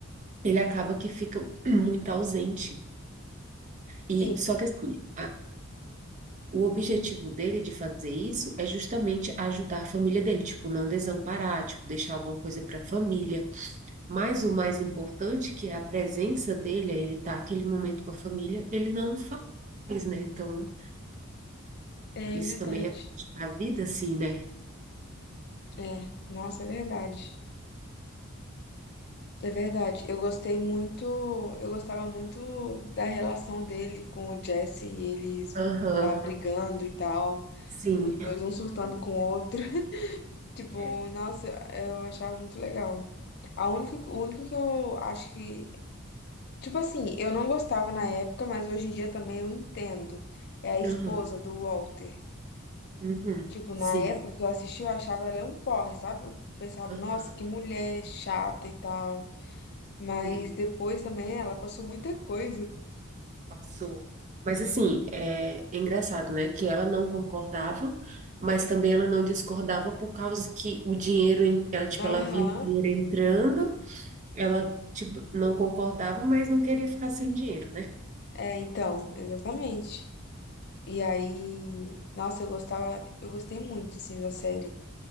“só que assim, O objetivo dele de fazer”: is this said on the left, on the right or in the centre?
Right